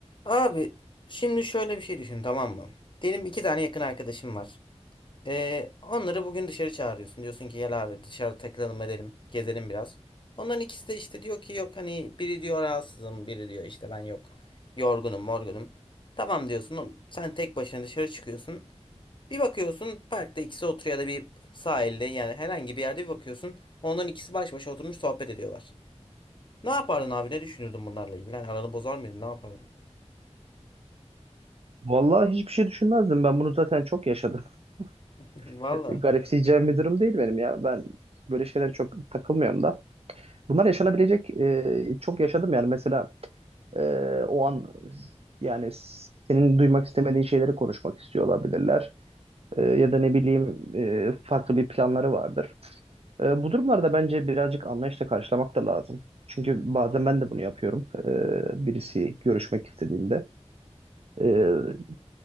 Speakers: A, on the left; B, on the right.
A: Abi şimdi şöyle bir şey düşün tamam mı? Diyelim iki tane yakın arkadaşım var. Ee, onları bugün dışarı çağırıyorsun. Diyorsun ki gel abi dışarı takılalım edelim. Gezelim biraz. Onların ikisi de işte diyor ki yok hani biri diyor rahatsızım biri diyor işte ben yok. Yorgunum morgunum. Tamam diyorsun oğlum, sen tek başına dışarı çıkıyorsun. Bir bakıyorsun parkta ikisi oturuyor ya da bir sahilde yani herhangi bir yerde bir bakıyorsun. Onların ikisi baş başa oturmuş sohbet ediyorlar. Ne yapardın abi ne düşünürdün bunlarla ilgili? Hani aranı bozar mıydın ne yapardın?
B: Vallahi hiçbir şey düşünmezdim. Ben bunu zaten çok yaşadım.
A: <laughs> Valla.
B: <laughs> Garipseyeceğim bir durum değil benim ya. Ben böyle şeylere çok takılmıyorum da. Bunlar yaşanabilecek e, çok yaşadım yani. Mesela e, o an yani senin duymak istemediğin şeyleri konuşmak istiyor olabilirler. E, ya da ne bileyim e, farklı bir planları vardır. E, bu durumlarda bence birazcık anlayışla karşılamak da lazım. Çünkü bazen ben de bunu yapıyorum. E, birisi görüşmek istediğinde. Ee,